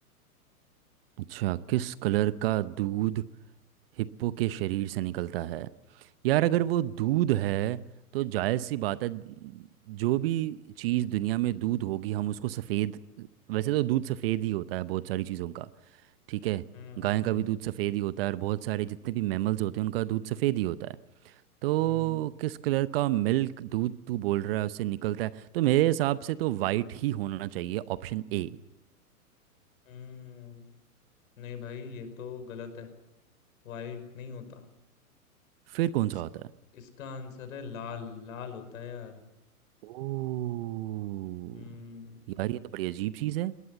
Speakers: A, on the right; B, on the left.
A: अच्छा किस कलर का दूध हिप्पो के शरीर से निकलता है यार अगर
B: हम्म
A: वो दूध है तो जायज़ सी बात है जो भी चीज़ दुनिया में दूध होगी हम उसको सफ़ेद वैसे तो दूध सफ़ेद ही होता है बहुत सारी चीज़ों का ठीक है
B: हम्म
A: गाय का भी दूध सफ़ेद ही होता है और बहुत सारे जितने भी मैमल्स होते हैं उनका दूध सफ़ेद ही होता है तो
B: हम्म
A: किस कलर का मिल्क दूध तू बोल रहा है उससे निकलता है तो मेरे हिसाब से तो वाइट ही होना चाहिए ऑप्शन ए
B: हम्म नहीं भाई ये तो गलत है वाइट नहीं होता
A: फिर कौन
B: इस
A: सा होता है
B: इसका आंसर है लाल लाल होता है यार
A: ओ
B: हम्म
A: यार ये तो बड़ी अजीब चीज़ है